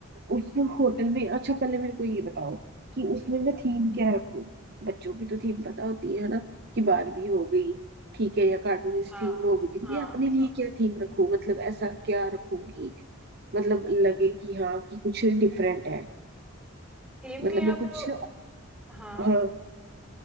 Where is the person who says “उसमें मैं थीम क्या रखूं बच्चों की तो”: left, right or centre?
Right